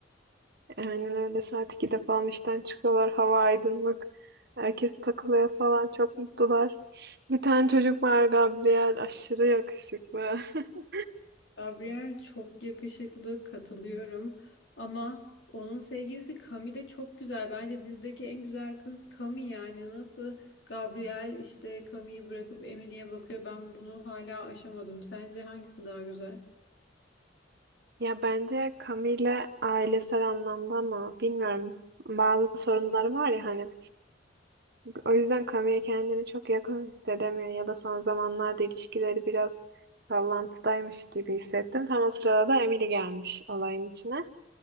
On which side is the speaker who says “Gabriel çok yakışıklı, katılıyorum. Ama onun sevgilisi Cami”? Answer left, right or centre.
Left